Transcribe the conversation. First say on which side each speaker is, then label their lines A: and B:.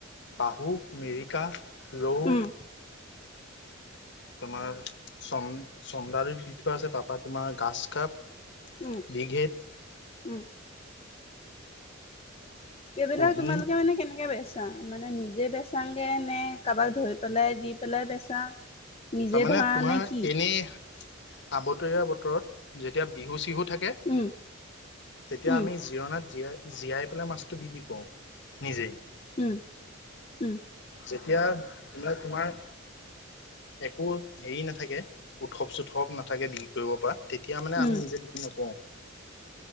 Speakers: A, on the left (about 60°); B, on the left (about 30°).
A: বাহু, মিৰিকা, ৰৌ।
B: উম
A: তোমাৰ চম চন্দাৰত দিঠ আছে তাৰপৰা তোমাৰ ঘাছ কাপ।
B: উ'ম।
A: বিঘেত।
B: উম এইবিলাক
A: কুঁহি
B: তোমালোকে মানে কেনেকে বেচ। তা মানে নিজে বেচাংগে নে কাৰোবাক ধৰি পেলাই দি পেলাই বেচা। নিজে
A: তাৰমানে
B: ধৰা
A: তোমাৰ
B: নে কি
A: এনেই আবতৰীয়া বতৰত যেতিয়া বিহু- চিহুত। থাকে
B: উম
A: তেতিয়া
B: উম
A: আমি জিৰণাত জীয়াই। জীয়াই পেলাই মাছটো বিক্ৰী কৰো নিজেই।
B: উ'ম, উ'ম।
A: যেতিয়া তোমাৰ, তোমাৰ। একো হেৰি নাথাকে, উৎসপ- চোৎসপ নাথাকে বিক্ৰী কৰিব পৰা। তেতিয়া মানে
B: উম
A: আমি নিজে বিক্ৰী নকৰো।